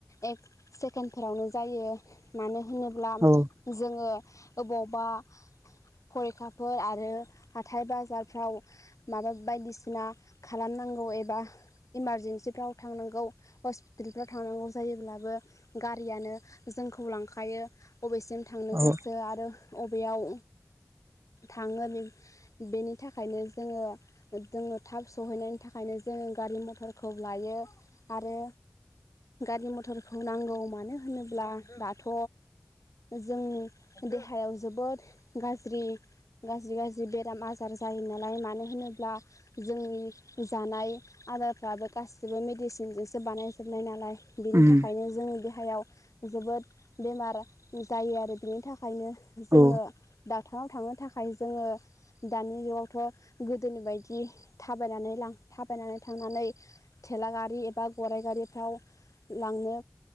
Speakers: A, on the left (about 80°); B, on the right (about 60°).
A: एक सेकेन्डफोरावनो जायो मानो होनोब्ला
B: औ
A: जोङो अबावबा फरिखाफोर आरो हाथाय बाजारफ्राव माबा बायदिसिना खालामनांगौ एबा इमारजेनसिफ्राव थांनांगौ हस्पिटालफ्राव थांनांगौ जायोब्लाबो गारियानो जोंखौ लांखायो बबेसिम थांनो
B: औ
A: गोसो आरो बबेयाव थाङो बे बेनि थाखायनो जोङो जोङो थाब सहैनायनि थाखायनो जोङो गारि मथरखौ लायो आरो गारि मथरखौ नांगौ मानो होनोब्ला दाथ' जोंनि देहायाव जोबोद गाज्रि गाज्रि गाज्रि जि बेराम आजार जायो नालाय मानो होनोब्ला जोंनि जानाय आदारफ्राबो गासिबो मेडिसिनजोंसो बानायजोबनाय नालाय बिनि
B: उम
A: थाखायनो जोंनि देहायाव जोबोद बेमार जायो आरो बेनि थाखाय थाखायनो जोङो
B: औ
A: ड'क्टराव थांनो थाखाय जोङो दानि जुगावथ' गोदोनि बायदि थाबायनानै थाबायनानै थांनानै थेला गारि एबा गराइ गारिफ्राव लांनो